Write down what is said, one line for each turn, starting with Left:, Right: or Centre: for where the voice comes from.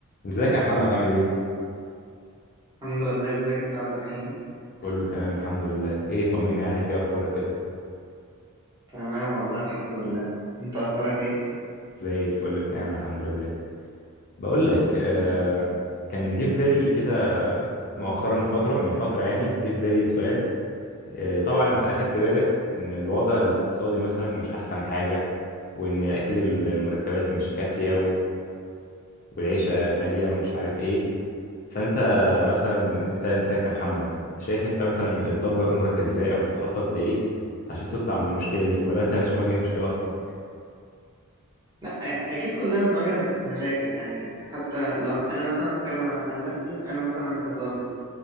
Left: ازيك يا محمد عامل ايه؟
Right: الحمد لله ازيك انت يا عبد الرحيم
Left: كله تمام الحمد لله ايه طمني عليك ايه اخبارك كده
Right: تمام والله الحمد لله انت اخبارك ايه
Left: زي الفل في نعمة الحمد لله بقول لك
Right: يا
Left: آه
Right: رب دايما
Left: كان جه في بالي كده مؤخرا فترة من فترة يعني جه في بالي سؤال آه طبعا انت اخدت بالك ان الوضع الاقتصادي مثلا مش احسن حاجة وان اكيد المرتبات مش كافية والعيشة غالية ومش عارف ايه فانت مثلا انت انت كمحمد شايف انت مثلا بتدبر امورك ازاي او بتخطط لايه عشان تطلع من المشكلة دي ولا انت مش مواجه مشكلة اصلا
Right: لا اه، اكيد كلنا بنواجه مشاكل يعني حتى لو انا مثلا هتكلم عن عن نفسي انا مثلا كطالب